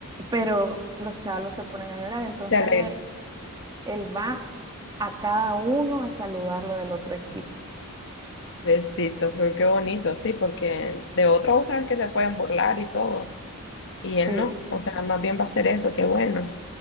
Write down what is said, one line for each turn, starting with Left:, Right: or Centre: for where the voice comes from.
Right: pero los chalos se ponen a llorar. Entonces
Left: Se alegra.
Right: ahí e- él va a cada uno a saludarlo del otro equipo.
Left: Besito, pero qué bonito, sí, porque de otros vos sabes que se pueden burlar y todo. Y él
Right: Sí,
Left: no. O sea, más bien va a hacer eso, qué bueno.